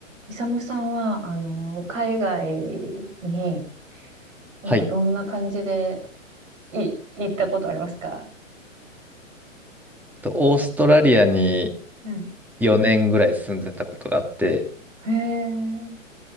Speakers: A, on the right; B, in the centre.
A: イサムさんは、あの、海外に、なんかどんな感じで、
B: はい。
A: い、行ったことありますか
B: と、オーストラリアに
A: はい。
B: 4年ぐらい住んでたことがあって、
A: へえ、